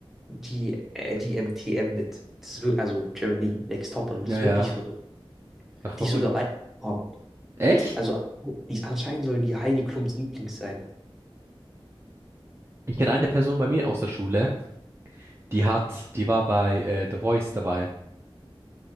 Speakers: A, in the centre; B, on the right.
A: die, äh, die M T M mit. Das ist, wir- also Germany Next Topmodel,
B: Ja,
A: das ist
B: ja.
A: wirklich verrückt.
B: Ja, verrückt.
A: Die ist sogar weitergekommen.
B: Echt?
A: Die, also, die, anscheinend soll die Heidi Klums Lieblings sein.
B: Ich kenne eine Person bei mir aus der Schule, die hat, die war bei äh, The Voice dabei.